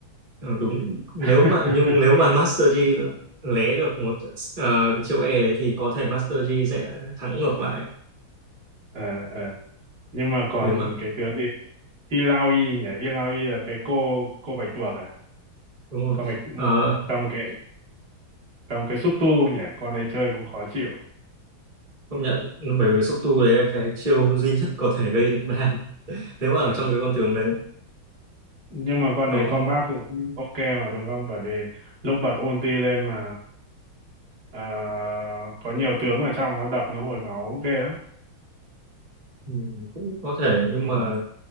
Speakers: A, on the right; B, on the right.
A: ờ, đúng nếu
B: <laughs>
A: mà nhưng nếu mà Master Yi lé được một ờ, cái chiêu E đấy thì có thể Master Yi sẽ thắng ngược lại
B: ờ ờ nhưng mà còn
A: về mặt
B: cái tướng gì Ilaoi nhỉ, Ilaoi là cái cô cô bạch tuộc à,
A: đúng không
B: con bạch
A: Ờ,
B: cầm cái cầm cái xúc tu nhỉ, con ấy chơi cũng khó chịu.
A: công nhận bởi vì cái xúc tu đấy là cái chiêu duy nhất có thể gây được đam nếu mà
B: Ừ.
A: ở trong cái con tướng đấy
B: Nhưng mà con
A: nó
B: đấy combat cũng ok mà đúng không? Bởi vì lúc bật ulti lên mà à, có nhiều tướng ở trong nó đập nó hồi máu ghê lắm.
A: ừ, cũng có thể nhưng
B: Ừ.
A: mà